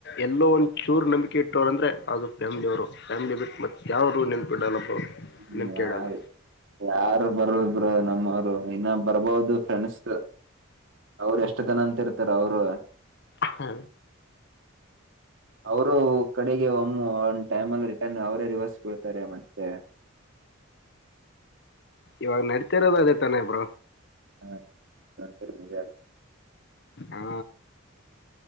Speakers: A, on the left (about 55°); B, on the right (about 60°).
A: ಎಲ್ಲೋ ಒನ್ ಚೂರ್ ನಂಬಿಕೆ ಇಟ್ಟೋರೆ ಅಂದ್ರೆ ಅದ್ ಫ್ಯಾಮಿಲಿ ಅವ್ರು. ಫ್ಯಾಮಿಲಿ ಬಿಟ್ ಮತ್ಯಾರು ನಂಬ್ಕಿಡಲ್ಲ ಬ್ರೋ.
B: ಹ್ಮ
A: ನಂಬಿಕೆ
B: ಯಾರ್
A: ಇಡಲ್ಲ
B: ಯಾರು ಬರಲ್ಲ ಬ್ರೋ. ಒಬ್್ರ ನಮ್ಮವರು ಇನ್ನ ಬರ್ಬಹದು ಫ್ರೆಂಡ್ಸ್ ಅವ್ರ ಎಷ್ಟುತನ ಅಂತ ಇರ್ತಾರ ಅವರು
A: ಹ್ಮ
B: ಅವರು ಕಡೆಗೆ ಒಮ್ಮ ಒಂದ ಟೈಮ್ ಅಲ್ಲಿ ರಿಟರ್ನ್ ಅವರೇ ರಿವರ್ಸ್ ಕೊಡ್ತಾರೆ ಮತ್ತೆ
A: ಇವಾಗ ನಡತರದ ಅೇ ತಾನೆ ಅ ಬರ
B: ಹಾ ಒರಿಮದೆ
A: ಹಾ